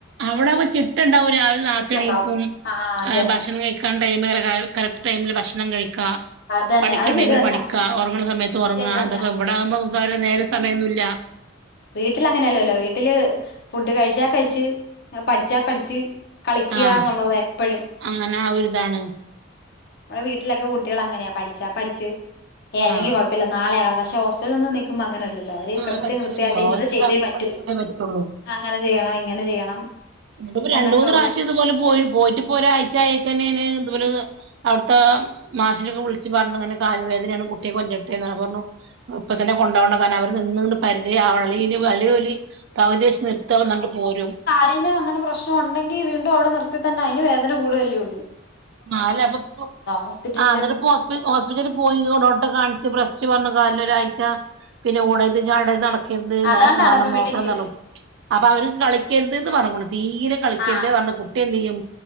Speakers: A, on the right (about 60°); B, on the left (about 55°).
A: അവിടാവുമ്പം ചിട്ടണ്ടാവും രാവിലെ നേർത്തെ
B: ചുറ്റുണ്ടാവും
A: എണീക്കും
B: ആ അത് തന്നെ
A: ഭക്ഷണം കഴിക്കാൻ ടൈമ് കറക്ട് ടൈമില് ഭക്ഷണം കഴിക്കാ
B: അത് തന്നെ
A: പഠിക്കേണ്ടടൈമിൽ
B: അത് ശരി തന്നെ
A: പഠിക്കാ ഉറങ്ങണ സമയത്ത്
B: അത്
A: ഉറങ്ങാ
B: ശരി തന്നെ
A: ഇതൊക്ക ഇവിടെ ആകുമ്പോ നമുക്ക് അവരെ നേരെ സമയം ഒന്നുല്ല
B: വീട്ടിലങ്ങനെയല്ലല്ലോ വീട്ടില് ഫുഡ് കഴിച്ചാ കഴിച്ച് പഠിച്ചാ പഠിച്ച് കളിക്കുകാ
A: ആഹ്
B: എന്നുള്ളതാ എപ്പഴും
A: അങ്ങനെ ആ ഒരിതാണ്
B: നമ്മടെ വീട്ടിലൊക്കെ കുട്ടികൾ അങ്ങനെയാ പഠിച്ചാ പഠിച്ച് ഏ അല്ലെങ്കി
A: ആഹ്
B: കൊഴപ്പില്ല നാളെ ആവാ പക്ഷേ ഹോസ്റ്റലിലൊന്നു നിക്കുമ്പം അങ്ങനല്ല ല്ലല്ലോ അവര്
A: ആഹ്
B: കൃത്യം
A: പറ്റൂലല്ലോ
B: കൃത്യമായിട്ട് ഇന്നത്
A: ഓൽത്
B: ചെയ്തേ
A: കറക്റ്റ്
B: പറ്റൂ
A: പഠിച്ചല്ലേ പറ്റുള്ളൂ
B: അങ്ങനെ ചെയ്യണം ഇങ്ങനെ ചെയ്യണം
A: ഇനിപ്പാ
B: എന്നൊക്കെ
A: രണ്ട് മൂന്ന്
B: ഉള്ള
A: പ്രാവശ്യം ഇതുപോലെ പോയി പോയിറ്റിപോ ഒരാഴ്ച ആയ്ക്കണേന്ന് അതുപോലെത് അവിടുത്തെ മാഷിനൊക്കെ വിളിച്ച് പറഞ്ഞങ്ങനെ കാല് വേദനയാണ് കുട്ടിയെ കൊല്ലട്ടേന്ന് പറഞ്ഞപ്പോ പറണു ഇപ്പ തന്നെ കൊണ്ട് പോകണ്ട കാരണം അവര് നിന്ന് കൊണ്ട് പരിചയാവണം അല്ലങ്കി ഇനി വലിയോലി പകുതിവർഷം നിർത്താന്നൊണ്ടു പോരും
B: അതിന് അങ്ങനെ പ്രശ്നം ഉണ്ടെങ്കിൽ വീണ്ടും അവിട നിർത്തിത്തന്നെ അയിന് വേദന കൂടുവല്ലേള്ളൂ
A: ആല്ല അപ്പൊ
B: ഹോസ്പിറ്റലില്
A: ആങ്ങന ഹോസ്പി ഹോസ്പിറ്റല് പോയിയ്യോ ഡോറ്റ കാണിച്ച് പ്ര ച്ച് പറഞ്ഞ് കാലിനൊരു ഒരാഴ്ച പിന്നെ ഓടര്ത് ചാടര്ത് അന്നക്ക ക്കിത്
B: അതാണ്ടാണ്
A: നോ ജ്ഞാനം
B: ഇപ്പൊ
A: നോക്കണം
B: വീട്ടിരിക്കുന്നത്
A: പറഞ്ഞു അപ്പൊ അവര് കളിക്കരുത് ന്ന് പറണു തീരെ കളിക്കണ്ടേ
B: ആഹ്
A: പറണ് കുട്ടി എന്തെചെയ്യും